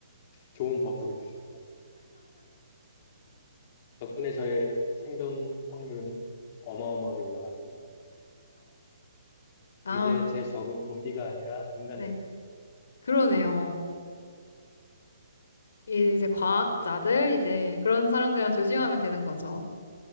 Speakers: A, on the left; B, on the left.
A: 좋은 버프를 주셨어요. 덕분에 저의 생존 확률은 어마어마하게 올라갔습니다.
B: 아,
A: 이제 제 적은 좀비가 아니라 인간들이에요.
B: 네. 그러네요. 이제 과학자들, 이제 그런 사람들이랑 조심하면 되는 거죠.